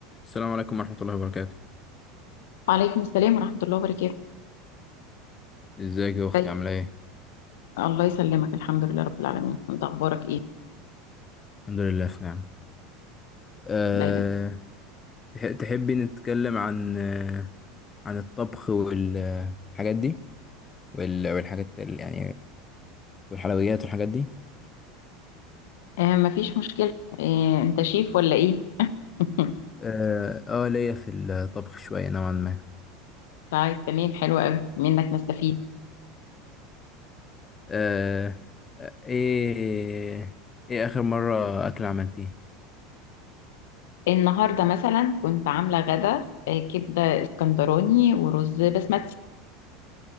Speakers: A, on the left; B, on the left.
A: السلام عليكم ورحمة الله وبركاته
B: وعليكم السلام ورحمة الله وبركاته
A: ازيك يا أختي
B: ازيك
A: عاملة ايه؟
B: الله يسلمك الحمد لله رب العالمين انت اخبارك ايه
A: الحمد لله في نعمة أه
B: دايما
A: تح- تحبي نتكلم عن آه، عن الطبخ والحاجات دي وال- والحاجات ال- يعني والحلويات والحاجات دي
B: آه مفيش مشكلة آه انت شيف ولا ايه <laughs>
A: اه آه، ليا في الطبخ شوية نوعا ما
B: طيب تمام حلو قوي منك نستفيد
A: أه آه، ايه ايه آخر مرة أكل عملتيه؟
B: النهاردة مثلا كنت عاملة غدا آه كبدة اسكندراني ورز بسمتي